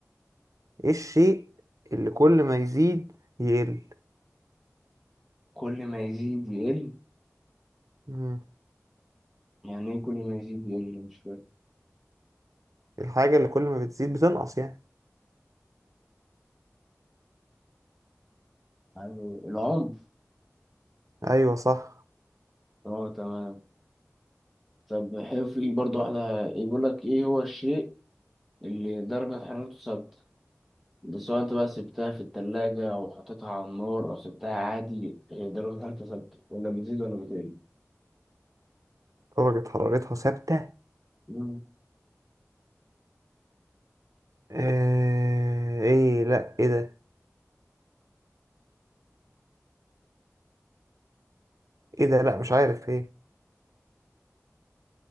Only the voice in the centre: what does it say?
ما يزيد يقل
يعني إيه كل ما يزيد يقل مش فاهم
يعني العمر
اه تمام طب حلو في برضو واحدة يقول لك ايه هو الشيء اللي درجة حرارته ثابتة ده سواء انت بقى سبتها في التلاجة او حطيتها على النار او سبتها عادي هي درجة حرارته ثابتة ولا بتزيد ولا بتقل
مم.